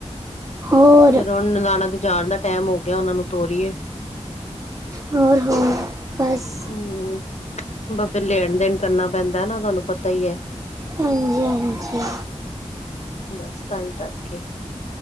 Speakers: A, on the right; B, on the left.
A: ਹੋਰ
B: ਚਲੋ ਹੁਣ ਨਨਾਣਾ ਤੇ ਜਾਣ ਦਾ ਟਾਈਮ ਹੋਗਿਆ, ਉਹਨਾਂ ਨੂੰ ਤੋਰੀਏ।
A: ਹੋਰ ਹੋਰ ਬਸ
B: ਹੂੰ, ਬ ਫੇਿਰ ਲੈਣ-ਦੇਣ ਕਰਨਾ ਪੈਂਦਾ ਨਾ ਤੁਹਾਨੂੰ ਪਤਾ ਹੀ ਹੈ।
A: ਹਾਂਜੀ-ਹਾਂਜੀ।
B: ਬਸ ਤਾਂਹੀ ਕਰਕੇ।